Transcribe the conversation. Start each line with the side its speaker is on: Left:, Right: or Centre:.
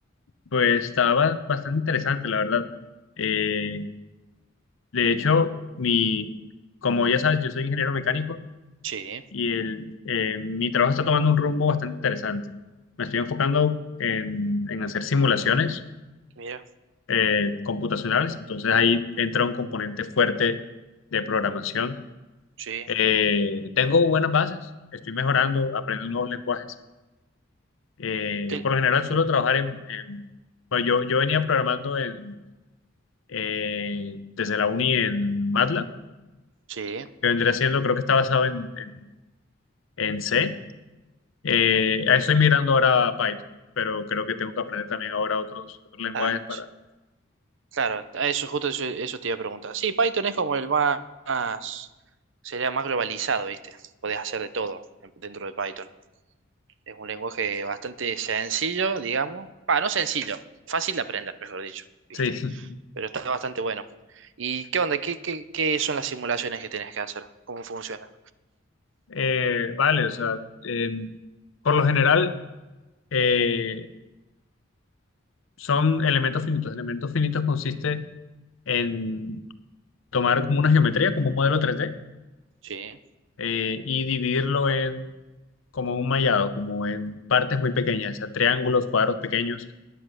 Left: pues estaba bastante interesante, la verdad. Eh, de hecho, mi, como ya sabes, yo soy ingeniero mecánico
Right: Sí,
Left: y el, eh, mi trabajo está tomando un rumbo bastante interesante. Me estoy enfocando en, en hacer simulaciones
Right: mira,
Left: eh, computacionales, entonces ahí entra un componente fuerte de programación
Right: sí.
Left: Eh, tengo buenas bases, estoy mejorando, aprendo nuevos lenguajes. Eh,
Right: ¿Qué?
Left: por lo general suelo trabajar en, en- bueno, yo, yo venía programando en, eh, desde la uni en MATLAB,
Right: Sí,
Left: que vendría siendo, creo que está basado en, en, en C. Eh, ah, estoy migrando ahora a Python, pero creo que tengo que aprender también ahora otros, otros lenguajes
Right: claro,
Left: para...
Right: sí. claro, a eso justo eso, eso te iba a preguntar. Sí, Python es como el más, más- sería más globalizado, ¿viste? Podés hacer de todo en- dentro de Python. Es un lenguaje bastante sencillo, digamos. Ah, no sencillo, fácil de aprender, mejor dicho, ¿viste?
Left: Sí, <laughs>
Right: Pero está bastante bueno. ¿Y qué onda? ¿Qué, qué, qué son las simulaciones que tienes que hacer? ¿Cómo funciona?
Left: Eh, vale, o sea, eh, por lo general eh, son elementos finitos. Elementos finitos consiste en tomar como una geometría, como un modelo tres d
Right: Sí,
Left: eh, y dividirlo en como un mallado, como en partes muy pequeñas, o sea, triángulos, cuadros pequeños.